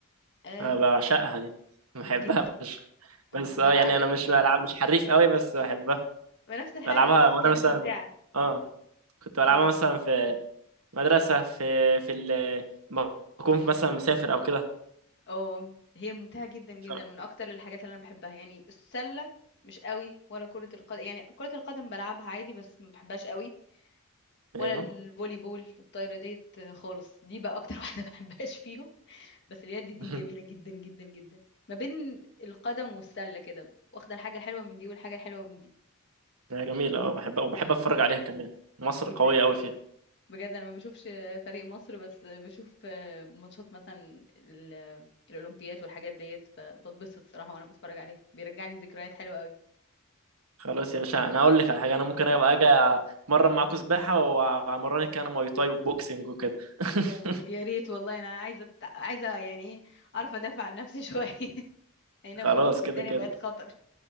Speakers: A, on the left; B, on the right.
A: أه
B: أنا بعشقها دي بحبها
A: جدا
B: فشخ بس
A: بحب
B: اه
A: انا
B: يعني
A: عاد
B: انا مش بلعب مش حريف قوي بس بحبها
A: نفس الحاجة
B: بلعبها
A: بس
B: وانا
A: كانت
B: مثلا
A: ممتعة
B: اه كنت بلعبها
A: دي حقيقة
B: مثلا في مدرسة في في ال- ما أكون مثلا مسافر أو كده
A: اه هي ممتعة جدا جدا
B: ف-
A: من اكتر الحاجات اللي انا بحبها يعني السلة مش قوي ولا كرة القدم يعني كرة القدم بلعبها عادي بس ما بحبهاش قوي ولا
B: أيوه
A: الفولي بول الطايرة ديت آه، خالص دي بقى اكتر واحدة <laughs> ما بحبهاش فيهم بس اليد دي
B: <laughs>
A: جميلة جدا جدا جدا ما بين القدم والسلة كده واخدة الحاجة الحلوة من دي والحاجة الحلوة من دي
B: هي جميلة أه بحبها وبحب
A: اه
B: أتفرج عليها كمان مصر
A: جدا
B: قوية أوي فيها
A: بجد انا ما بشوفش فريق مصر بس بشوف آه، ماتشات مثلا ال- الاولمبيات والحاجات ديت فبتبسط صراحة وانا بتفرج عليها بيرجعني ذكريات حلوة قوي
B: خلاص يا باشا
A: بس
B: أنا هقول لك على حاجة أنا ممكن أبقى أجي أمرن معاكوا سباحة وأمرنك أنا مواي تاي وبوكسنج وكده <laughs>
A: يلا يا ريت والله انا عايزه أت- عايزه يعني ايه اعرف ادافع عن نفسي شويه <laughs> هنا
B: خلاص
A: في مصر
B: كده
A: الدنيا
B: كده
A: بقت خطر